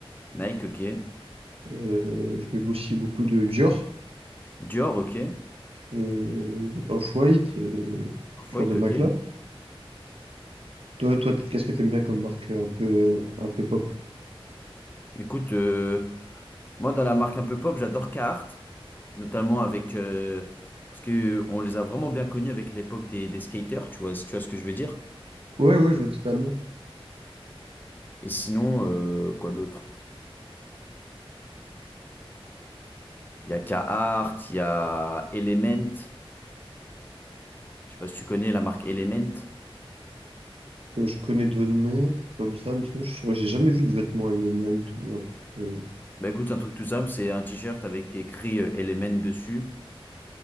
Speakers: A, on the left; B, on the right.
A: Nike, ok.
B: Euh, je mets aussi beaucoup de Dior,
A: Dior, ok.
B: euh, Off-White, euh,
A: Off-White,
B: ce genre de marque-là.
A: ok.
B: Toi, toi, t- qu'est-ce que t'aimes bien comme marque euh, un peu, euh, un peu pop?
A: Écoute, euh, Moi, dans la marque un peu pop, j'adore Carhartt, notamment avec... euh, parce que euh, on les a vraiment bien connus avec l'époque des, des skaters, tu vois, si tu vois ce que je veux dire.
B: Ouais, ouais, je vois totalement.
A: Et sinon, euh, quoi d'autre? Il y a Carhartt, il y a Element. Je sais pas si tu connais la marque Element.
B: Euh, je connais de noms comme ça, mais sinon, je saurais- j'ai jamais vu de vêtements Element ou un truc. euh.
A: Bah écoute, c'est un truc tout simple, c'est un t-shirt avec écrit euh, Element dessus.